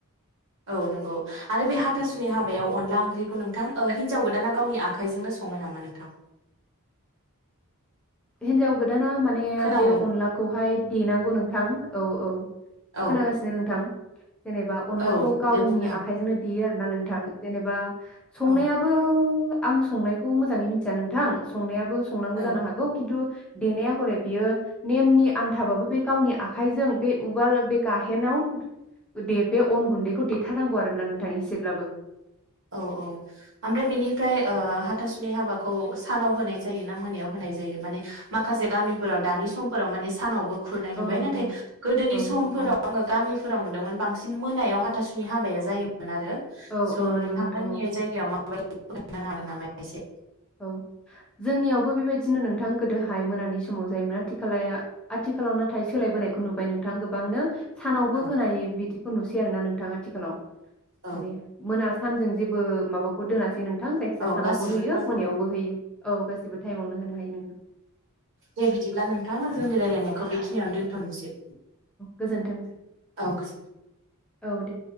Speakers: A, on the right; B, in the centre.
A: औ नंगौ आरो बे हा आथासुनि हाबायाव अनदला ओंख्रिखौ नोंथां ओ हिनजाव गोदाना गावनि आखाइजोंनो सङो नामा नोंथां
B: हिनजाव गोदाना माने
A: खोनादों
B: बे अनलाखौहाय देनांगौ नोंथां औ औ
A: औ
B: खोनागासिनो नोंथां जेनेबा अनलाखौ
A: औ
B: गावनि
A: दे बुंनो हागोन
B: आखाइजोंनो देयो आरो। ना नोंथां जेनेबा संनायाबो
A: औ
B: आं संनायखौ मोजाङै मिथिया नोंथां संनायाबो संनांगौ
A: औ
B: जानो हागौ। खिन्थु देनाया हरै बियो नेमनि आन्थाबाबो बे गावनि आखाइजों बे उवाल बे गाहेनाव दे बे अन गुन्दैखौ देथारनांगौ आरोना नोंथां एसेब्लाबो
A: औ औ ओमफ्राय बेनिफ्राय ओ हाथासुनि हाबाखौ सानाव होनाय जायो ना मोनायाव होनाय जायो माने माखासे गामिफोराव दानि समफोराव माने सानावबो खुरनाय
B: औ
A: नुबाय
B: नोंथां
A: नाथाय
B: औ
A: गोदोनि
B: औ
A: समफोराव
B: औ
A: आङो गामिफोराव नुदोंमोन बांसिन। मोनायाव हाथासुनि हाबाया जायो मोन आरो
B: औ
A: स'
B: औ नंगौ
A: नों
B: नोंथां
A: निया
B: औ
A: जायगायाव मा माबादि खिन्थानो होगोन नामा एसे
B: औ जोंनियावबो बेबायदिनो नोंथां गोदोहाय मोनानि समाव जायोमोन आथिखाला आथिखालाव नाथाय सोलायबोनायखौ नुबाय नोंथां गोबांनो सानावबो
A: औ
B: होनायो बिदि नुसै आरो नोंथां आथिखालाव
A: औ
B: माने मोना सानजों जेबो माबाखौ दोनाखै नों थां जायखिया
A: औ
B: सानावबो
A: गासिबो
B: होयो
A: टाइमावनो
B: मोनायावबो होयो औ गासिबो टाइमावनो होनो हायो नों
A: दे बिदिब्ला नोंथा जोंनि रायलायनायखौ बेखिनियावनो दोनथ'नोसै।
B: गोजोनथोंसै
A: औ गोजोन
B: औ दे।